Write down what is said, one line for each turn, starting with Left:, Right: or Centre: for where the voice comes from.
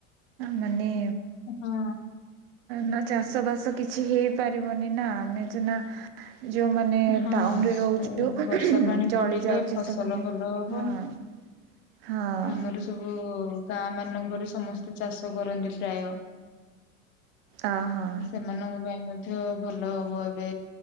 Right: ମାନେ
Left: ହଁ।
Right: ନ ଚାଷ ବାସ କିଛି ହେଇପାରିବନି ନା ଆମେ ସିନା ଯୋଉମାନେ
Left: ହଁ
Right: ଟାଉନ୍ ରେ
Left: ସେ
Right: ରହୁଚୁ
Left: ବର୍ଷା ପାଣି
Right: ଚଳି
Left: ପଡିଲେ
Right: ଯାଉଚି
Left: ଫସଲ
Right: ସେମାନେ
Left: ଭଲ ହବ
Right: ହଁ ହଁ
Left: ଆମର ସବୁ ଗାଁ ମାନଙ୍କରେ ସମସ୍ତେ ଚାଷ କରନ୍ତି ପ୍ରାୟ।
Right: ଅ ହଁ।
Left: ସେମାନଙ୍କ ପାଇଁ ମଧ୍ୟ ଭଲ ହବ ଏବେ